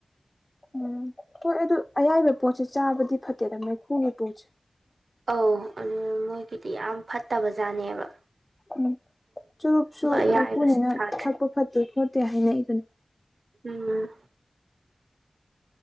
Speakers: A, on the left; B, on the right.
A: ꯎꯝ ꯍꯣꯏ ꯑꯗꯨ ꯑꯌꯥꯏꯕ ꯄꯣꯠꯁꯦ ꯆꯥꯕꯗꯤ ꯐꯠꯇꯦꯗ ꯃꯩꯈꯨꯒꯤ ꯄꯣꯠꯁꯦ
B: ꯑꯧ ꯑꯗꯨ ꯃꯣꯏꯒꯤꯗꯤ ꯌꯥꯝ ꯐꯠꯇꯕ ꯖꯥꯠꯅꯦꯕ
A: ꯎꯝ ꯆꯨꯔꯨꯞꯁꯨ
B: ꯑꯌꯥꯏꯕꯁꯨ
A: ꯃꯩꯈꯨꯅꯤꯅ
B: ꯆꯥꯗ꯭ꯔꯦ
A: ꯊꯛꯄ ꯐꯠꯇꯣꯏ ꯈꯣꯠꯇꯦ ꯍꯥꯏꯅ ꯏꯗꯨꯅꯤ
B: ꯎꯝ